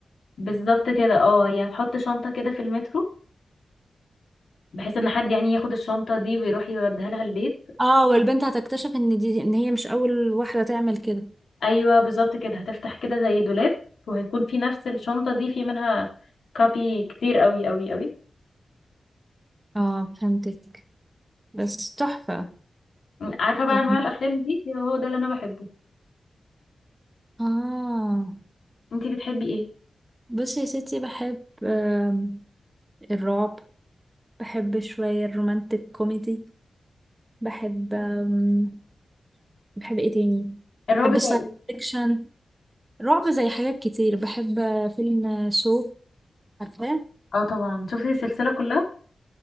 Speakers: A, on the left (about 75°); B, on the right (about 20°).
A: بالظبط كده اه هي هتحط شنطة كده في المترو بحيث ان حد يعني ياخد الشنطة دي ويروح يوديها لها البيت
B: اه والبنت هتكتشف ان دي ان هي مش اول واحدة تعمل كده
A: ايوه بالظبط كده هتفتح كده زي دولاب وهيكون في نفس الشنطة دي في منها كابي كتير قوي قوي قوي
B: اه فهمتك بس تحفة
A: عارفة بقى
B: يعني
A: انواع الافلام دي هو ده اللي انا بحبه
B: اه
A: انتي بتحبي ايه
B: بصي يا ستي بحب آم، الرعب بحب شوية الرومانتك كوميدي بحب آم، بحب ايه تاني
A: الرعب
B: بحب
A: التركي.
B: الساينس فيكشن رعب زي حاجات كتير بحب آه، فيلم آه، سو عارفاه
A: اه طبعا شفتي السلسلة كلها